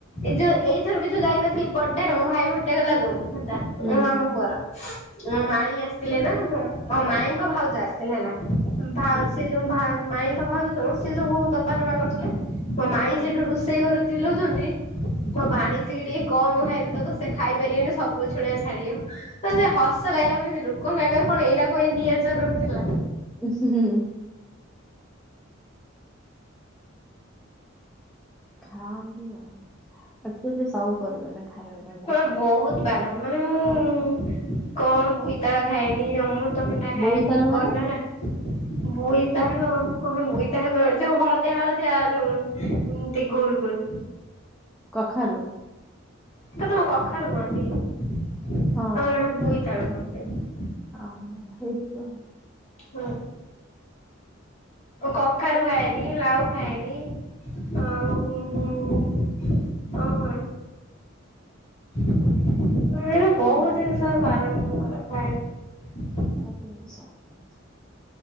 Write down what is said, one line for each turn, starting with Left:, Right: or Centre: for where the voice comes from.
Left: ଏଇ ଯୋଉ ଏଇଥର ବି ଯୋଉ ଯାଇନଥିଲି ବର୍ଥଡେରେ ମୋ ଭାଇ ବର୍ଥଡେ ହେଲା ଯୋଉ ହେଲା,
Centre: ହୁଁ
Left: ମୋ ମାମୁଁ
Centre: ହୁଁ
Left: ପୁଅର ମୋ ମାଇଁ ଆସିଥିଲେ ନା ମୋ ହଉ ମାଇଁଙ୍କ ଭାଉଜ ଆସିଥିଲା ନା ଭା
Centre: ହୁଁ
Left: ସେ ଯୋଉ ମାଇ ଭାଉଜ ଯେଉ ସିଏ ସବୁ ଦବା ନବା କରୁଥିଲେ ମୋ ମାଇଁ
Centre: ହୁଁ
Left: ସେଠୁ ରୋଷେଇ ଘରୁ ଚିଲଉଛନ୍ତି ମୋ ଭାଣିଜୀ କି ଟିକେ କମ ଖାଇଦ ଦବୁ ସେ ଖାଇ ପାରିବନି ସବୁ ଶୁଣଆ ଛାଡିବ ତ ସେ ହସ ଲାଗିଲା ମ ଲୋକଙ୍କ ଆଗରେ କଣ ଏଇଟା କହିବା ନିହାତି ଜରୁରୀ ଥିଲା।
Centre: ଉ ହୁଁ ହୁଁ। ଖାଅନି ଆଉ ଆକଚୁଆଲି ସବୁ ପରିବାଟା ଖାଇବା ଟା
Left: ମୋର
Centre: ଭଲ।
Left: ବହୁତ ପାନ ମାନେ ମୁଁ-ଉ-ଉ କଣ ବୋଇତାଳୁ ଖାଏନି ଅମ ଅମୃତାଭଣ୍ଡା ଖାଏନି
Centre: ବୋଇତାଳୁ ମାନେ
Left: କଲରା ବୋଇତାଳୁ କ ବୋଇତାଳୁ ଯୋଉ ହଳଦିଆ ହଳଦିଆ ଯୋଉ ଏମତି ଗୁଲ୍ ଗୁଲ୍।
Centre: କଖାରୁ।
Left: ତ ତମ କଖାରୁ କୁହନ୍ତି ଆମର
Centre: ହଁ
Left: ଆଡେ ବୋଇତାଳୁ କୁହନ୍ତି।
Centre: ଆଉ ହେଇଥିବ
Left: ହଁ। କଖାରୁ ଖାଏନି ଲାଉ ଖାଏନି ଆଉ-ଉ-ଉ-ଉ ଓ ହୋ। ଉ-ଉ-ଉ ବହୁତ
Centre: ନାଇଁ
Left: ଜିନିଷ ବାରଣ ମୁ କରେ ମୁଁ ଖାଏନି।
Centre: <unintelligible>